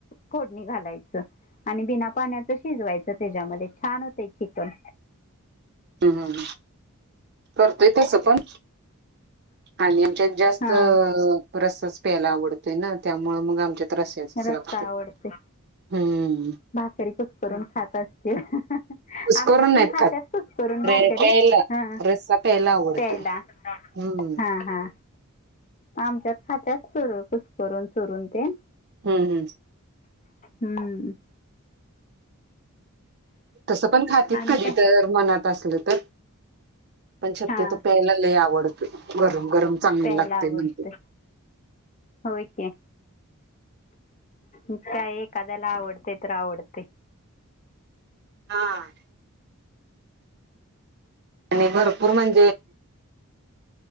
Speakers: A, on the left; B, on the right.
A: फोडणी घालायचं. आणि बिना पाण्याच शिजवायच त्याच्यामध्ये छान होते चिकन.
B: हम्म हम करतोय तस पण. आणि आमच्यात जास्त
A: हा.
B: रस्साच प्यायला आवडतोय ना त्यामु मग आमच्या रस्स्याचच
A: रस्सा
B: लागते.
A: आवडते
B: हम्म.
A: भाकरी कुसकरून खात असतील.
B: कुस
A: आमच्यात
B: करून नाहीत
A: पण खातत
B: खात
A: कुसकारून भाकरी
B: प्यायला
A: ह
B: रस्सा प्यायला आवडतोय
A: प्यायला.
B: हम्म.
A: हा हा आमच्यात खात्यात कुसकारून करून चोरून ते.
B: हम्म हम्म.
A: हम्म!
B: तसं पण खाते
A: आणि
B: कधी
A: काय
B: तर मनात असलं तर. पण शक्यतो
A: हा
B: प्यायलालाही आवडत गरम गरम चांगली
A: प्यायला
B: लागते
A: आवडते
B: म्हणते.
A: होय की. काय एखाद्याला आवडते तर आवडते.
B: हा. आणि भरपूर म्हणजे